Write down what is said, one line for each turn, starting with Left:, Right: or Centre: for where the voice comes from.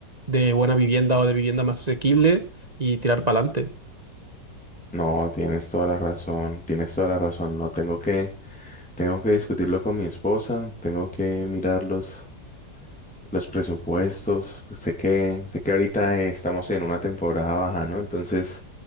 Right: de buena vivienda o de vivienda más asequible y tirar para adelante.
Centre: No, tienes toda la razón, tienes toda la razón, no tengo que, tengo que discutirlo con mi esposa, tengo que mirarlos. los presupuestos. Sé que, sé que ahorita eh, estamos en una temporada baja, ¿no? Entonces,